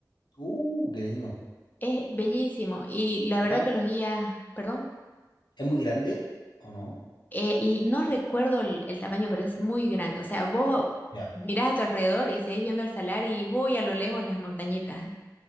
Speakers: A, on the left (about 80°); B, on the left (about 25°).
A: Uh, qué lindo.
B: Es bellísimo y la verdad
A: Juan,
B: que los guías, perdón.
A: ¿es muy grande o no?
B: Eh, y no recuerdo el, el tamaño, pero es muy grande. O sea, vos
A: Ya.
B: mirás a tu alrededor y seguís viendo el salar y muy a lo lejos las montañitas.